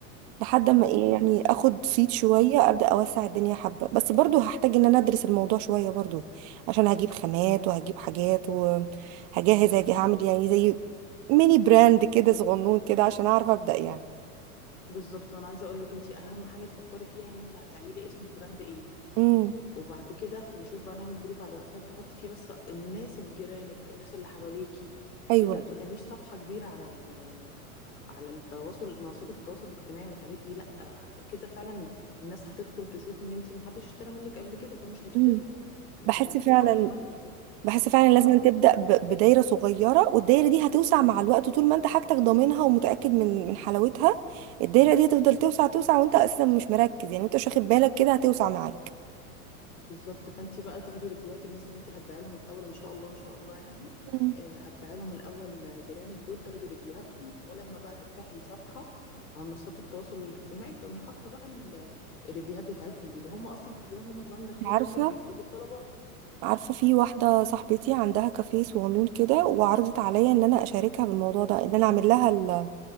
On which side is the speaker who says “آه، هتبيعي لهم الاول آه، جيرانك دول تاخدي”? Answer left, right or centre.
Left